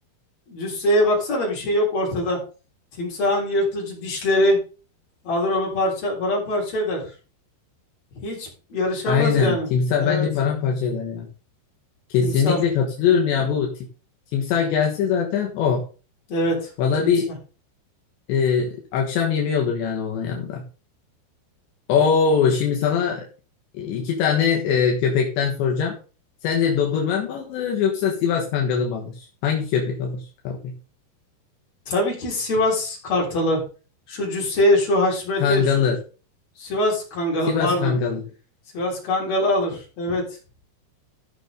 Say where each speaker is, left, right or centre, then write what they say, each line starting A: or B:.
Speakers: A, on the left; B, on the left.
A: cüsseye baksana bir şey yok ortada. Timsahın yırtıcı dişleri alır onu parça paramparça eder. Hiç yarışamaz
B: Aynen.
A: yani.
B: Timsah
A: Evet.
B: bence paramparça eder ya. Kesinlikle
A: Timsah.
B: katılıyorum ya bu tip, timsah gelse zaten o.
A: Evet,
B: Valla
A: timsah.
B: bir e, akşam yemeği olur yani onun yanında. Oo şimdi sana iki tane e, köpekten soracağım. Sence Doberman mı alır yoksa Sivas Kangalı mı alır? Hangi köpek alır kavgayı?
A: Tabii ki Sivas Kartalı. Şu cüsseye, şu haşmete,
B: Kangalı.
A: şu Sivas Kangalı
B: Sivas
A: pardon.
B: Kangalı.
A: Sivas Kangalı alır. Evet,